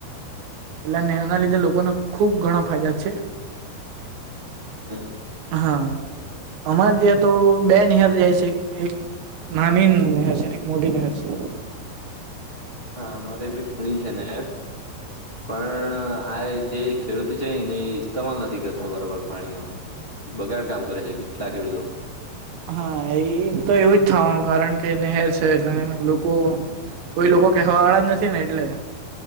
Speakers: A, on the right; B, on the left.
A: એટલે નહેરના લીધે લોકોને ખૂબ ઘણા ફાયદા હા.
B: હમ્મ.
A: હા અમારે ત્યાં તો બેન હહર જાય છે એક નાની નહેર છે ને એક મોડી નહેર છે.
B: હા અમારે ભી ઘણી છે ને. પણ આ જે ખેડૂતી છે ને એ ઇસ્ટમાંલ નથી કરતો. બરાબર પાણી ન બગાડ કામ કરે છે કેટલા ખેડૂતો
A: હા એ તો એવું જ થવાનું કારણ કે નહેર છે એટલે લોકો કોઈ લોકો કહેવા વાળા જ નથી ને એટલે